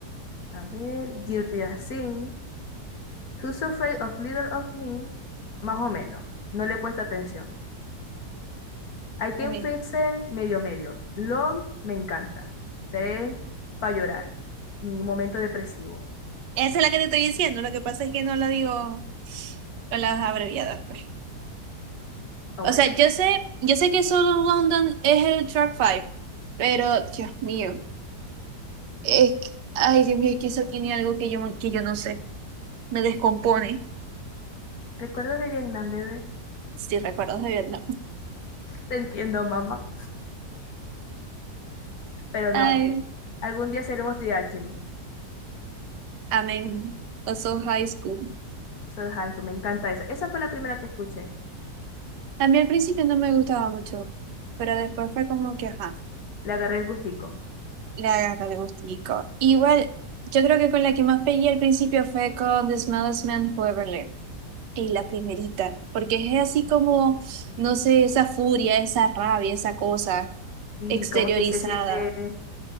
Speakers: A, on the left; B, on the right.
A: A ver. Guilty as Sin. Who's Afraid of Leader of Me. Más o menos. No le he puesto atención. I Can
B: también.
A: Fix It, medio medio. Long, me encanta. Se para llorar. Mi momento depresivo.
B: Esa es la que te estoy diciendo. Lo que pasa es que no la digo con las abreviadas. pues.
A: Ah, bueno.
B: O sea, yo sé, yo sé que solo London es el track five pero Dios mío, es que- ay Dios mío, es que eso tiene algo que yo, que yo no sé, me descompone,
A: Recuerdos de Vietnam, bebé.
B: si recuerdas de verdad.
A: Te entiendo, mamá. Pero
B: Ay,
A: no. Algún día seremos de Alchemy.
B: amén, also high school.
A: Soul Haiku, me encanta esa. Esa fue la primera que escuché.
B: A mí al principio no me gustaba mucho, pero después fue como que, ajá,
A: Le agarré el gustico.
B: le agarra el gustico. Igual, yo creo que con la que más pegué al principio fue con The Smallest Man Who Ever Lived. Y la primerita, porque es así como, no sé, esa furia, esa rabia, esa cosa
A: Sí,
B: exteriorizada.
A: como que se siente.